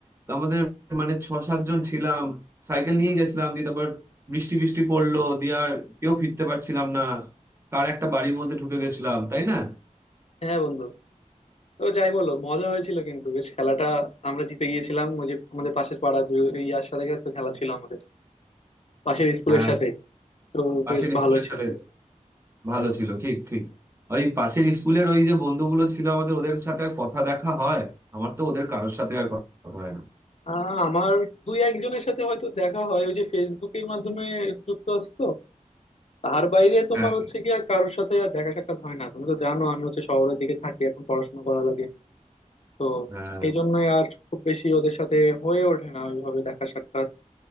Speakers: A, on the right; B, on the left.
A: তো আমাদের মানে ছ সাতজন ছিলাম সাইকেল নিয়ে গেছিলাম দিয়ে তারপর বৃষ্টি বৃষ্টি পড়লো দিয়ে আর কেউ ফিরতে পারছিলাম না কার একটা বাড়ির মধ্যে ঢুকে গেছিলাম তাই না
B: হ্যাঁ বন্ধু তো যাই বলো মজা হয়েছিল কিন্তু বেশ খেলাটা আমরা জিতে গিয়েছিলাম ওই যে আমাদের পাশের পাড়া ইয়ার সাথে তো খেলা ছিল আমাদের পাশের স্কুলের
A: হ্যাঁ
B: সাথে তো
A: পাশের
B: বেশ ভালো
A: স্কুলের
B: ছিল
A: সাথে ভালো ছিল ঠিক ঠিক ওই পাশের স্কুলের ওই যে বন্ধুগুলো ছিল আমাদের ওদের সাথে আর কথা দেখা হয় আমার তো ওদের কারোর সাথে আর কথা হয় না
B: আহ, আমার দুই একজনের সাথে হয়তো দেখা হয় ওই যে ফেসবুকের মাধ্যমে যুক্ত আছে তো তার বাইরে তোমার
A: হ্যাঁ হ্যাঁ
B: হচ্ছে গিয়ে আর কারোর সাথে আর দেখা সাক্ষাৎ হয় না তুমি তো জানো আমি হচ্ছে শহরের দিকে থাকি এখন পড়াশোনা করা লাগে তো
A: হ্যাঁ
B: এই জন্যই আর খুব বেশি ওদের সাথে হয়ে ওঠে না ওইভাবে দেখা সাক্ষাৎ